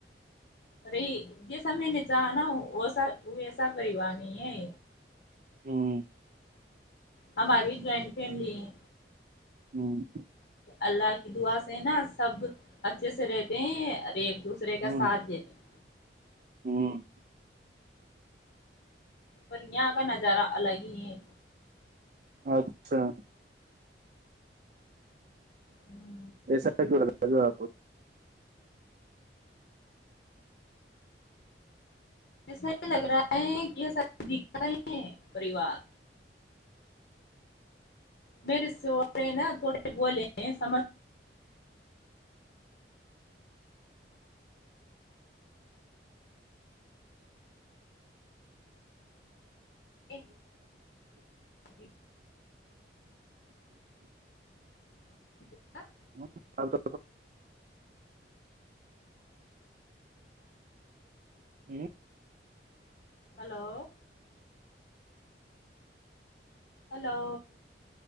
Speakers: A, on the left (about 55°); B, on the right (about 45°).
A: ارے جیسا میں نے چاہا نا وسا ویسا پریوار نہیں ہے
B: ہوں
A: ہممار بھی جوائنٹ فیملی ہے
B: ہوں
A: اللہ کی دعا سے ہے نا سب اچھے سے رہتے ہیں اور ایک دوسرے کا
B: ہوں
A: ساتھ دیتے ہیں
B: ہوں
A: پر یہاں کا نظارہ الگ ہی ہے
B: اچھا
A: ہوں
B: ایسا لگ آپ کو
A: ایسا یہ لگ رہا ہے کہ یہ سب دکھ رہے ہیں پریوار میرے سے ہو رہے نا تھوڑے بولے ہیں سمجھ ایک جی جا
B: ہوں تو ہوں
A: hello hello